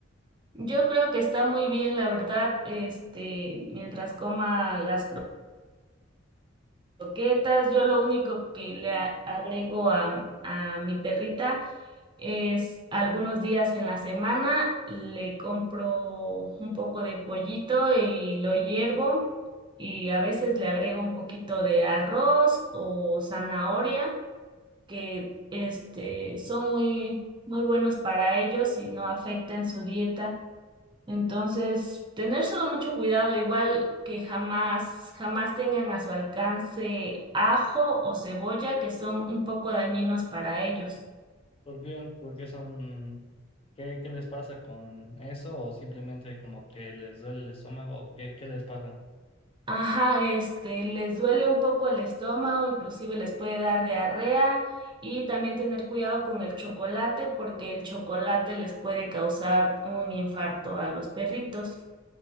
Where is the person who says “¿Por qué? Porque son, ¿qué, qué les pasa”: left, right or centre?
Left